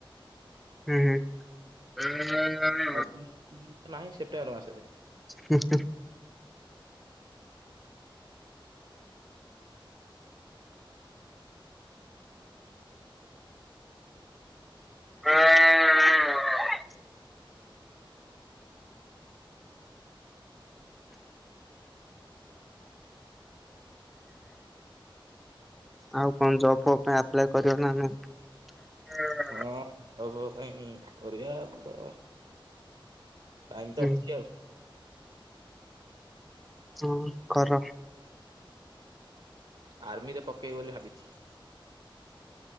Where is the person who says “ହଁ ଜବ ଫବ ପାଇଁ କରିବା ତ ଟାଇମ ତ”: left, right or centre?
Right